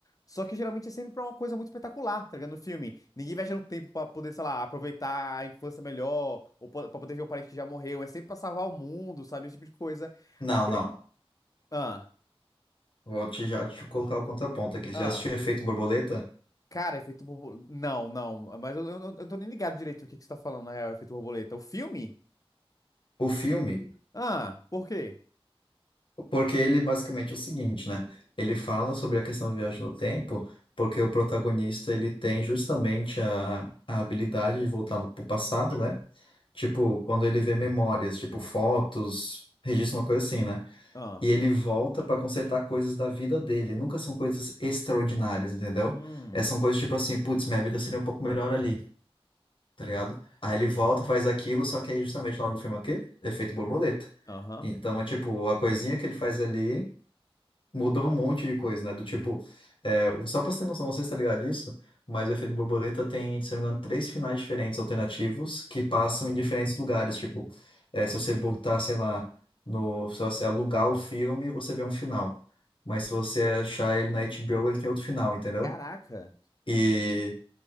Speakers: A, on the left; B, on the left.
A: Só que geralmente é sempre pra uma coisa muito espetacular, tá ligado? No filme. Ninguém viaja no tempo pra poder, sei lá, aproveitar a infância melhor, ou po- pra poder ver um parente que já morreu. É sempre pra salvar o mundo, sabe? Esse tipo de coisa.
B: Não,
A: Aí eu queria...
B: não.
A: Ah,
B: Vou te já te colocar o contraponto aqui. Já
A: ah.
B: assistiu Efeito Borboleta?
A: Cara, efeito borboleta. Não, não. Mas eu, eu, eu tô nem ligado direito do que, que você tá falando, na real, efeito borboleta. O filme?
B: O filme?
A: Ah, por quê?
B: Porque ele basicamente é o seguinte, né? Ele fala sobre a questão do viagem no tempo, porque o protagonista ele tem justamente a, a habilidade de voltar para o passado, né? Tipo, quando ele vê memórias, tipo fotos, registro uma coisa assim, né?
A: Ah.
B: E ele volta para consertar coisas da vida dele. Nunca são coisas extraordinárias, entendeu?
A: Hum.
B: É, são coisas tipo assim, putz, minha vida seria um pouco melhor ali. tá ligado? Aí ele volta, faz aquilo, só que aí justamente o nome do filme é o quê? Efeito borboleta.
A: Aham.
B: Então é tipo, a coisinha que ele faz ali mudou um monte de coisa, né? Do tipo, é, o- só pra você ter noção, não sei se tá ligado disso, mas o efeito borboleta tem, se não me engano, três finais diferentes alternativos que passam em diferentes lugares. Tipo, é, se você botar, sei lá, no, se você alugar o filme, você vê um final. Mas se você achar ele na HBO, ele tem outro final, entendeu?
A: Caraca.
B: e